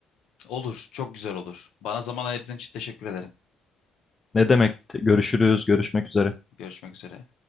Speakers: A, on the left (about 75°); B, on the left (about 20°).
A: Olur, çok güzel olur. Bana zaman ayırdığın için teşekkür ederim.
B: Ne demek? Görüşürüz, görüşmek üzere.
A: Görüşmek üzere.